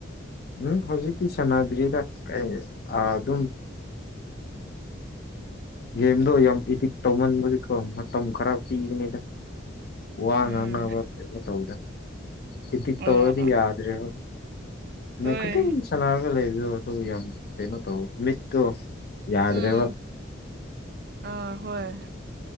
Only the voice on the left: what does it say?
ꯎꯝ ꯍꯧꯖꯤꯛꯇꯤ ꯁꯥꯟꯅꯗ꯭ꯔꯤꯗ ꯑꯗꯨꯝ ꯒꯦꯝꯗꯣ ꯌꯥꯝ ꯏꯗꯤꯛ ꯇꯧꯃꯟꯕꯗꯤꯀꯣ ꯃꯇꯝ ꯈꯔ ꯄꯤꯒꯅꯤꯗ ꯋꯥ
ꯉꯥꯡꯅꯕ ꯀꯩꯅꯣ ꯇꯧꯗꯦ ꯏꯗꯤꯛ ꯇꯧꯔꯗꯤ
ꯌꯥꯗ꯭ꯔꯦꯕ ꯅꯨꯃꯤꯠ
ꯈꯨꯗꯤꯡ ꯁꯥꯟꯅꯔꯒ ꯂꯩꯕꯗꯣ ꯑꯗꯨ ꯌꯥꯝ ꯀꯩꯅꯣ ꯇꯧꯋꯦ ꯃꯤꯠꯇꯣ ꯌꯥꯗ꯭ꯔꯦꯕ